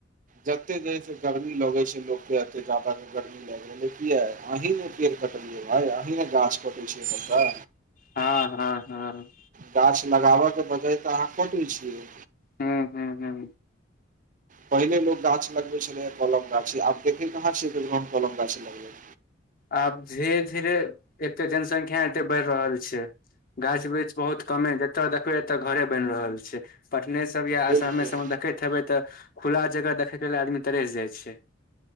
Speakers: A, on the right; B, on the left.
A: जते जेस गर्मी लगे छै लोक के एते जदा गर्मी ल कीये अी ने चेर कटलऐ भाय अी ने गाछ कटल छै करता
B: हँ हँ हँ
A: गाछ लगाबयके बजह तऽ अहाँ कैटय छियै
B: हू हू हू
A: पहिले लो गाछ लगे छले हे कलम गाछी आब देखे कहाँ छ कलम गाछी लगे
B: आब धीरे धीरे एते जनसंख्या एते बढ़ रहल छै गाछ ब बृच बहुत कमे जतऽ देखबै एतऽ घरे बनि रहल छै पटने सब या
A: बिलकुल
B: आसामे सबमे देखैत हेबै तऽ खुला जगह देखयके ल आदमी तरेस जाइ छै